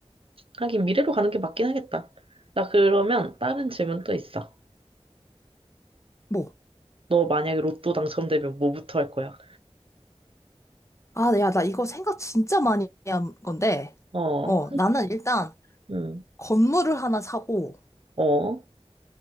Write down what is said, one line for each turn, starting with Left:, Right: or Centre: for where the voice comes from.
Right: 하긴 미래로 가는 게 맞긴 하겠다. 나 그러면 다른 질문 또 있어.
Left: 뭐
Right: 너 만약에 로또 당첨되면 뭐부터 할 거야?
Left: 아, 야, 나 이거 생각 진짜 많이 한 건데
Right: 어,
Left: 어, 나는 일단
Right: 응,
Left: 건물을 하나 사고
Right: 어,